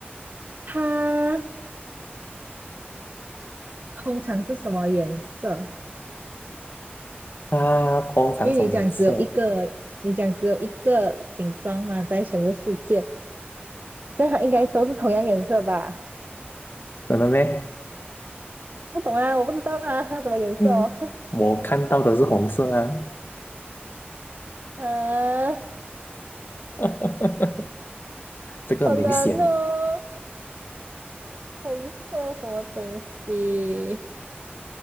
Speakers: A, on the right (about 50°); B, on the left (about 60°).
A: 它通常是什么颜色？
B: 啊，通常什么颜色？
A: 因为你讲只有一个，你讲只有一个形状嘛，在全部世界，所以它应该都是同样颜色吧？
B: 真的咩？
A: 不懂啊，我不知道啊，<laughs> 它什么颜色哦？
B: 嗯，我看到的是红色啊，
A: <laughs> 啊，
B: <laughs> 这个很明显。
A: 好难哦，红色什么东西？